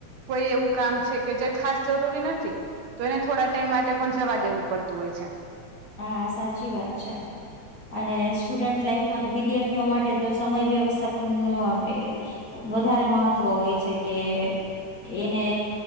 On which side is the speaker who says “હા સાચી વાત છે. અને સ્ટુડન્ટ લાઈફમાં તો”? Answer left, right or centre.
Left